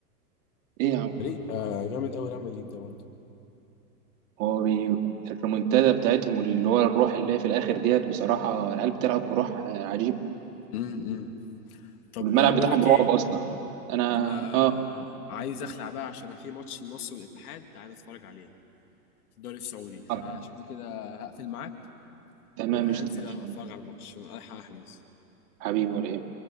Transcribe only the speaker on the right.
ايه يا عم
هو بي... الريمونتادا بتاعتهم اللي هو الروح اللي هي في الاخر ديت بصراحة العيال بتلعب بروح آه، عجيب
والملعب
بتاعهم
رعب
اصلا انا
اه
آه،
تمام
مش تمام
حبيبي ولا ايه